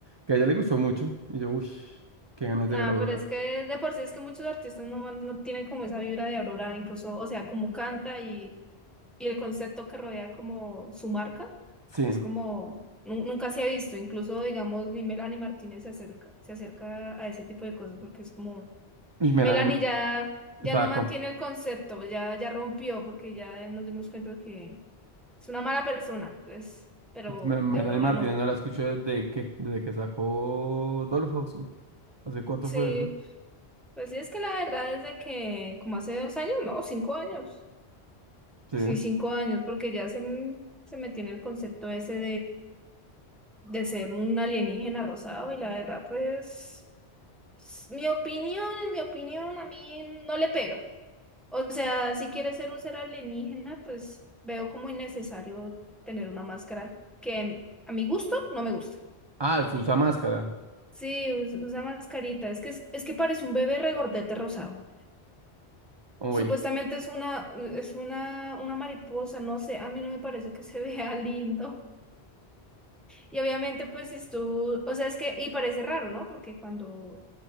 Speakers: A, on the right (about 35°); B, in the centre.
A: que a ella le gustó mucho. Y yo, uff, qué ganas
B: Nada,
A: de ver a Aurora.
B: pero es que de por sí es que muchos artistas no, man- no tienen como esa vibra de Aurora, incluso, o sea, como canta y y el concepto que rodea como su marca
A: Sí,
B: es como nu- nunca se ha visto, incluso digamos ni Melanie Martínez se acerca, se acerca a ese tipo de cosas porque es como
A: y Melanie,
B: Melanie ya ya
A: estaba
B: no mantiene
A: con-
B: el concepto, ya ya rompió porque ya nos dimos cuenta que es una mala persona, entonces, pero
A: Melanie
B: de Aurora
A: Martínez
B: no.
A: no la escucho desde que, desde que sacó Dollhouse. uh, ¿Hace cuánto
B: Sí,
A: fue eso?
B: pues sí es que la verdad es de que como hace dos años, no, cinco años.
A: Sí.
B: Sí, cinco años, porque ya se, m- se me tiene el concepto ese de ser un alienígena rosado y la verdad, pues, s- mi opinión, en mi opinión, a mí no le pega. O sea, si quieres ser un ser alienígena, pues veo como innecesario tener una máscara que a mi gusto no me gusta.
A: Ah, se usa máscara.
B: Sí, us- usa mascarita. Es que es, es que parece un bebé regordete rosado.
A: Oye.
B: Supuestamente es una, es una, una mariposa, no sé, a mí no me parece que se <laughs> vea lindo. Y obviamente, pues, si tú, o sea, es que, y parece raro, ¿no? Porque cuando